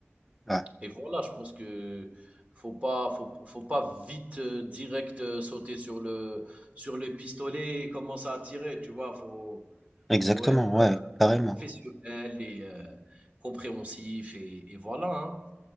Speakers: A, in the centre; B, on the right.
A: ouais,
B: Et voilà, je pense que faut pas, faut, faut pas vite euh, direct euh, sauter sur le sur le pistolet et commencer à tirer, tu vois. Faut
A: exactement,
B: faut être
A: ouais, carrément.
B: professionnel et euh, compréhensif et, et voilà. hein.